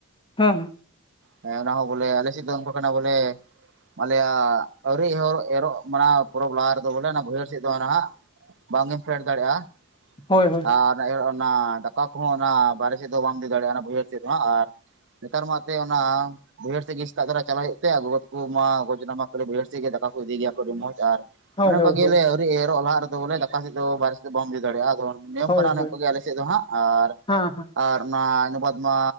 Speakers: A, on the left; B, on the right.
A: ᱦᱮᱸ᱾
B: ᱦᱮᱸ, ᱚᱱᱟ ᱦᱚᱸ ᱵᱚᱞᱮ ᱟᱞᱮ ᱥᱮᱫ ᱫᱚ ᱚᱱᱠᱟ ᱠᱟᱱᱟ ᱵᱚᱞᱮ ᱟᱞᱮᱭᱟᱜ ᱟᱹᱣᱨᱤ ᱮᱦᱚᱨ ᱮᱨᱚᱜ ᱢᱟᱱᱟᱣ ᱯᱚᱨᱚᱵᱽ ᱞᱟᱦᱟ ᱨᱮᱫᱚ ᱵᱚᱞᱮ ᱚᱱᱟ ᱵᱟᱹᱭᱦᱟᱹᱲ ᱥᱮᱫ ᱫᱚ ᱱᱟᱦᱟᱸᱜ ᱵᱟᱝ ᱜᱮᱢ ᱯᱷᱮᱰ ᱫᱟᱲᱮᱭᱟᱜᱼᱟ᱾
A: ᱦᱳᱭ ᱦᱳᱭ᱾
B: ᱟᱨ ᱮᱨᱲ ᱚᱱᱟ ᱫᱟᱠᱟ ᱠᱚᱦᱚᱸ ᱚᱱᱟ ᱵᱟᱨᱮ ᱥᱮᱫ ᱫᱚ ᱵᱟᱢ ᱤᱫᱤ ᱫᱟᱲᱮᱭᱟᱜᱼᱟ, ᱚᱱᱟ ᱵᱟᱹᱭᱦᱟᱹᱲ ᱥᱮᱫ ᱫᱚ ᱦᱟᱸᱜ᱾ ᱟᱨ ᱱᱮᱛᱟᱨ ᱢᱟ ᱛᱮ ᱚᱱᱟ ᱵᱟᱹᱭᱦᱟᱹᱲ ᱥᱮᱫ ᱜᱮ ᱥᱮᱛᱟᱜ ᱫᱷᱟᱨᱟ ᱪᱟᱞᱟᱜ ᱦᱩᱭᱩᱜ ᱛᱮ, ᱟᱜᱩ ᱜᱚᱫ ᱠᱚᱢᱟ ᱜᱚᱜᱚ ᱡᱚᱱᱟ ᱢᱟ ᱵᱟᱹᱭᱦᱟᱹᱲ ᱥᱮᱫ ᱜᱮ ᱫᱟᱠᱟ ᱠᱚ ᱤᱫᱤᱭ ᱜᱮᱭᱟ ᱟᱹᱰᱤ ᱢᱚᱸᱡᱽ᱾ ᱟᱨ
A: ᱦᱳᱭ
B: ᱚᱱᱮ ᱚᱱᱠᱟ
A: ᱦᱳᱭ
B: ᱜᱮᱞᱮ
A: ᱦᱳᱭ
B: ᱟᱹᱣᱨᱤ ᱮᱨᱚᱜ ᱞᱟᱦᱟᱜ ᱨᱮᱫᱚ ᱵᱚᱞᱮ ᱫᱟᱠᱟ ᱥᱮᱫ ᱫᱚ ᱵᱟᱦᱨᱮ ᱥᱮᱫ ᱫᱚ ᱵᱟᱢ ᱤᱫᱤ ᱫᱟᱲᱮᱭᱟᱜᱼᱟ᱾ ᱟᱫᱚ ᱱᱤᱭᱮ ᱱᱚᱝᱠᱟ
A: ᱦᱳᱭ ᱦᱳᱭ
B: ᱱᱟᱜ ᱚᱱᱮ ᱜᱮ ᱟᱞᱮ ᱥᱮᱫ ᱫᱚ ᱦᱟᱸᱜ᱾ ᱟᱨ
A: ᱦᱮᱸ ᱦᱮᱸ᱾
B: ᱟᱨ ᱚᱱᱟ ᱤᱱᱟ ᱵᱟᱫ ᱢᱟ,